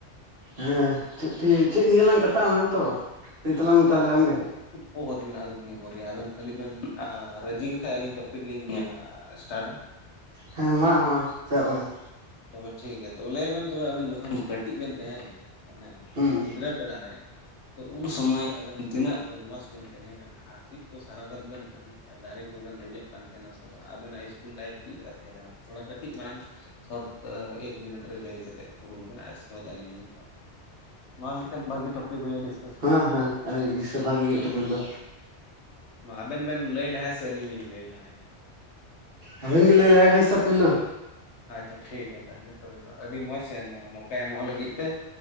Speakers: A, on the right; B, on the left.
A: ᱦᱮᱸ ᱪᱮᱫ ᱪᱮᱫ ᱱᱤᱭᱟᱹᱞᱟᱝ ᱠᱟᱛᱷᱼᱟ ᱚᱱᱟ ᱜᱮᱛᱚ ᱞᱟᱹᱭ ᱛᱟᱞᱟᱝ ᱢᱮ ᱛᱟᱦᱚᱞᱮ ᱟᱢᱜᱮ
B: ᱵᱚᱦᱚᱛ ᱢᱮᱱᱟᱜᱼᱟ ᱫᱩᱱᱤᱭᱟᱹ ᱵᱷᱚᱨ ᱨᱮᱭᱟᱜ ᱟᱵᱮᱱ ᱠᱷᱟᱹᱞᱤ ᱵᱮᱱ ᱨᱟᱡᱤ ᱜᱮ ᱠᱷᱟᱱ ᱟᱹᱞᱤᱧ ᱴᱚᱯᱤᱠ ᱞᱤᱧ ᱞᱟᱹᱭᱟ ᱥᱴᱟᱨᱴᱼᱟ
A: ᱦᱮᱸ ᱟᱭᱢᱟ ᱟᱭᱢᱟ ᱪᱟᱜ ᱵᱟᱝ
B: ᱛᱚᱵᱮ ᱴᱷᱤᱠ ᱜᱮᱭᱟ ᱛᱚᱵᱮ ᱞᱟᱹᱭ ᱵᱮᱱ ᱮᱱᱛᱮ ᱟᱵᱮᱱ ᱡᱚᱠᱷᱚᱱ ᱠᱟᱹᱴᱤᱡ ᱵᱮᱱ ᱛᱟᱦᱮᱸ ᱠᱟᱱᱟ ᱢᱟᱱᱮ
A: ᱦᱩᱸ
B: ᱜᱤᱫᱽᱨᱟᱹ ᱵᱮᱲᱟᱨᱮ ᱛᱚ ᱩᱱ ᱥᱚᱢᱚᱭ ᱟᱵᱮᱱ ᱛᱤᱱᱟᱹᱜ ᱵᱚᱫᱢᱟᱥ ᱵᱮᱱ ᱛᱟᱦᱮᱸ ᱠᱟᱱᱟ ᱟᱨ ᱪᱮᱫ ᱠᱚ ᱥᱟᱨᱟᱨᱟᱛ ᱵᱮᱱ ᱠᱟᱹᱢᱤᱮᱫᱼᱟ ᱫᱟᱨᱮ ᱠᱚᱵᱮᱱ ᱫᱮᱡᱚᱜ ᱠᱟᱱ ᱛᱟᱦᱮᱱᱟ ᱥᱮ ᱵᱟᱝ ᱟᱵᱮᱱᱟᱜ ᱤᱥᱠᱩᱞ ᱞᱟᱭᱤᱯᱷ ᱪᱮᱫ ᱞᱮᱠᱟ ᱛᱟᱦᱮᱸ ᱠᱟᱱᱟ ᱛᱷᱚᱲᱟ ᱠᱟᱹᱴᱤᱡ ᱢᱟᱨᱟᱝ ᱥᱚᱴ ᱮᱠ ᱢᱤᱱᱤᱴ ᱨᱮ ᱞᱟᱹᱭ ᱠᱟᱛᱮᱫ ᱯᱩᱨᱩᱱ ᱵᱮᱱ ᱟᱨ ᱤᱥᱠᱮ ᱵᱟᱫ ᱟᱞᱤᱧ ᱞᱤᱧ ᱨᱚᱲ ᱢᱟ ᱢᱤᱫᱴᱮᱱ ᱵᱷᱟᱹᱜᱤ ᱴᱚᱯᱤᱠ ᱦᱩᱭᱩᱜᱼᱟ ᱰᱤᱥᱠᱟᱥ
A: ᱦᱮᱸ
B: ᱞᱟᱹᱜᱤᱫ
A: ᱦᱮᱸ ᱟᱹᱰᱤ ᱫᱤᱥᱟᱹ ᱵᱷᱟᱜᱤ ᱜᱮ
B: ᱦᱚᱭ
A: ᱴᱚᱯᱤᱠ
B: ᱦᱚᱭ
A: ᱫᱚ
B: ᱢᱟ ᱟᱵᱮᱱ ᱵᱮᱱ ᱞᱟᱹᱭ ᱞᱟᱦᱟᱭᱟ ᱥᱮ ᱟᱹᱞᱤᱧ ᱞᱤᱧ ᱞᱟᱹᱭ ᱞᱟᱦᱟᱭᱟ
A: ᱟᱵᱤᱱ ᱜᱮ ᱞᱟᱹᱭ ᱞᱟᱦᱟᱭ ᱵᱤᱱ ᱥᱮ ᱯᱩᱭᱞᱩ
B: ᱟᱪᱪᱷᱟ ᱴᱷᱤᱠ ᱜᱮᱭᱟ ᱛᱟᱦᱚᱞᱮ ᱛᱚᱵᱮ ᱫᱚ ᱟᱹᱰᱤ ᱢᱚᱡᱽ ᱥᱮ ᱱᱚᱣᱟ ᱢᱟ ᱮᱢᱚᱜ ᱞᱟᱹᱜᱤᱫ ᱛᱮ